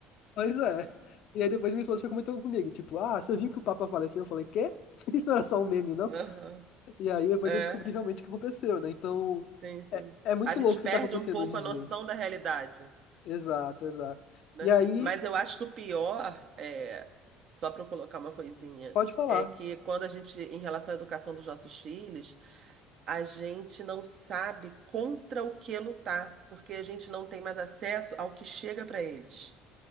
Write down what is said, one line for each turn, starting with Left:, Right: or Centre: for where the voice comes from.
Left: Pois é. E aí depois minha esposa foi comentando comigo, tipo, ah, você viu que o Papa faleceu? Eu falei, quê? <laughs> Isso não era só um meme, não?
Right: Aham.
Left: E aí depois
Right: É,
Left: eu descobri realmente o que aconteceu, né? Então,
Right: sim, sim.
Left: é, é muito
Right: A gente
Left: louco o
Right: perde
Left: que tá acontecendo
Right: um pouco
Left: hoje em
Right: a
Left: dia.
Right: noção da realidade,
Left: Exato, exato.
Right: né?
Left: E aí,
Right: Mas eu acho que o pior é, só para eu colocar uma coisinha,
Left: pode falar.
Right: é que quando a gente, em relação à educação dos nossos filhos, a gente não sabe contra o que lutar, porque a gente não tem mais acesso ao que chega para eles.